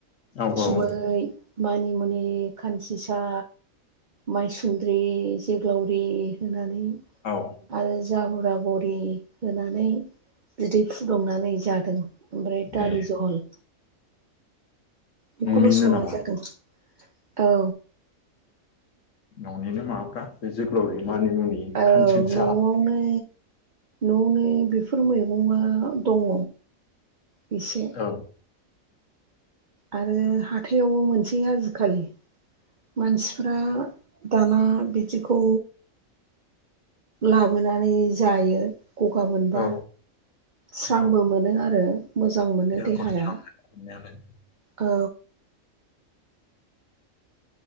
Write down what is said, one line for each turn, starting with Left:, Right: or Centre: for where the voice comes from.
Left: औ औ
Right: मै मानिमुनि खानसिसा माइसुन्द्रि जोग्लावरि होनानै
Left: औ
Right: आरो जाहुरा बरि होनानै बिदै फुदुंनानै जादों ओमफ्राय दालि
Left: ए
Right: जहल बेखौल'
Left: न'निनो
Right: संनाय
Left: नामा
Right: जागोन औ।
Left: न'निनो माबाफ्रा बे जोगोलावरि मानिमुनि
Right: औ
Left: खानसिंसा
Right: न'आवनो न'नि बेफोर मैगङा दङ। इसे।
Left: औ
Right: आरो हाथायावबो मोनसै आजिखालि मानसिफ्रा दाना बिदिखौ लाबोनानै जायो। गगा मोनबा
Left: औ
Right: स्रांबो
Left: औ
Right: मोनो आरो। मोजां मोनो
Left: देहाखौ
Right: देहाया
Left: स्रां मोनो मोननायालाय
Right: औ।